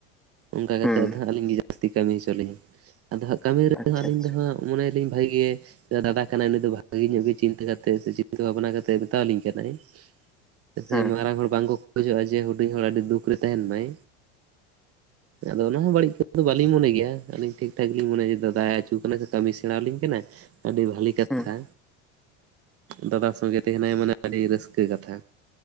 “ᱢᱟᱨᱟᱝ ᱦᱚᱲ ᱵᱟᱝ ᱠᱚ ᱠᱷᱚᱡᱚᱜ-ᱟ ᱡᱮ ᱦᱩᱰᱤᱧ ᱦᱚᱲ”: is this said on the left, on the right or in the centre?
Right